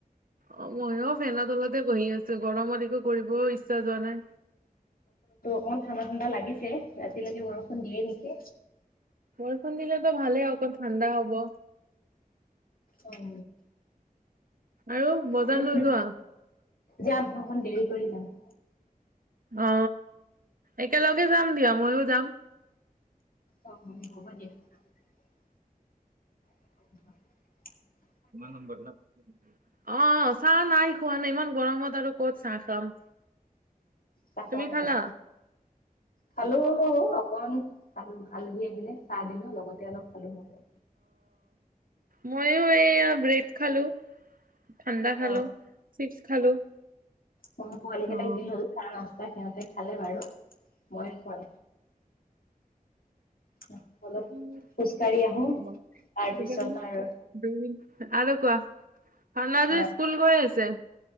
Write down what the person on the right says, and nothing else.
অহ ময়ো ফেন তলতে বহি আছো গৰমত একো কৰিবও ইচ্ছা ইচ্ছা যোৱা নাই
বৰষুণ দিলেতো ভালে অকণ ঠাণ্ডা হব
আৰু বজাৰ
নোযোৱা
অ একেলগে যাম দিয়া ময়ো যাম
কিমান নম্বৰ ন অ চাহ নাই খোৱা নাই ইমান গৰমত আৰু কত চাহ খাম
তুমি
খালা
মইয়ো এইয়া ব্ৰেড খালো। ঠাণ্ডা খালো
চিপছ খালো।
অ
উম
এ থাকিব
কেইটাদিন
দুইদিন আৰু কোৱা অননাজু
স্কুল গৈ আছে।